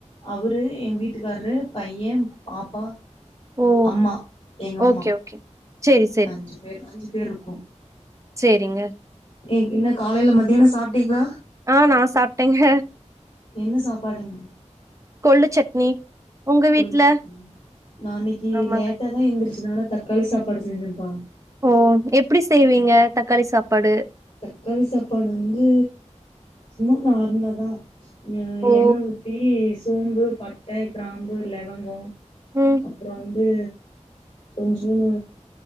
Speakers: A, on the left (about 45°); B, on the right (about 25°).
A: அவரு எங்க வீட்டுக்காரரு பையன் பாப்பா
B: ஓ
A: அம்மா எங்க அம்மா
B: ஓகே ஓகே சேரி
A: அஞ்சு பேர்-அஞ்சு பேர் இரு இருக்கோம்
B: செரிங்க
A: ஏ என்ன காலையில மதியானம் சாப்பிட்டீங்களா
B: ஆஹ் நான் சாப்பிட்டேங்க
A: என்ன சாபாடுங்க
B: கொள்ளு சட்னி உங்க வீட்ல
A: ளிச்சிரு நா இன்னைக்கு
B: ஆமாங்க
A: லேட்டா தான் எந்திரிச்சிச்சதுனால தக்காளி சாப்பாடு செஞ்ச வா
B: ஓ எப்படி செய்வீங்க தக்காளி சாப்பாடு
A: தக்காளி சாப்பாடு வந்து சும்மா நார்மலாதான் அஹ
B: ஓ
A: எண்ண ஊத்தி சோம்பு பட்டை கிராம்பு லவங்கம்
B: ம்
A: அப்புறம் து கொஞ்சமா